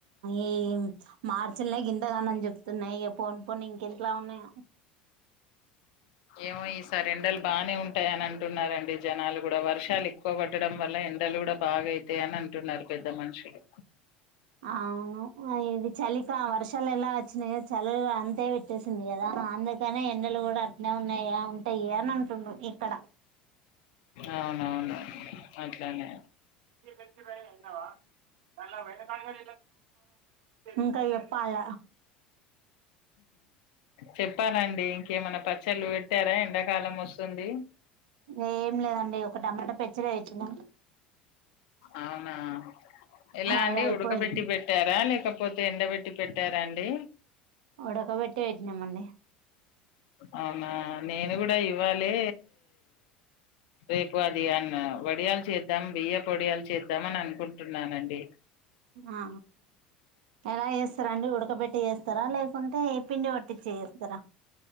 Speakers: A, on the right (about 65°); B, on the left (about 60°).
A: ఈ మార్చలే గ ఇంతగానని చెప్తున్నాయి ఇక పోన్ పోన్ ఇంకంట్లా ఉన్నాయి
B: ఏమో ఈసార్ రెండలు బానే ఉంటాయిని అంటున్నారండి జనాలు కూడా వర్ష షాలు ఎక్కువ పట్టడం వల్ల ఎండలు కూడా బాగైతాయి అని అంటున్నారు పెద్ద మనుషులు
A: అవును ఇది చలిక వర్షాలు ఎలా వచ్చినాయో చలి అంతే పెట్టేసింది కదా అందుకనే ఎండలు కూడా అట్నే ఉన్నాయా ఉంటాయ అని అంటున్నాడు ఇక్కడ
B: అవునవును అట్లనే
A: పె పె ఎన్నవా న ఇంకాయ చెప్పాల
B: చెప్పాలండి ఇంకేమనా పచ్చళ్ళు పెట్టారా ఎండాకాలం వస్తు వచ్చండి
A: ఏం లేదండి ఒక టమాటా పెచ్చర పెట్నాం
B: అవునా ఎలా
A: అది
B: అండి
A: అయిపోయింది
B: ఉడకబెట్టి పెట్టారా లే కాకపోతే ఎండబెట్టి పెట్టారాండి
A: ఉడకబట్టే పెట్నామండి
B: అవునా నేను కూడా ఇవ్వాలి రేపు అది అన్న వడియాలు చేద్దాం బియ్య పొడియాలు చేద్దాం అని అనుకుంటున్నానండి
A: ఆ ఎలా చేస్తారా అండి ఉడకబెట్టి చేస్తారా లేకుంటే పిండి పట్టిచ్చే చేస్తారా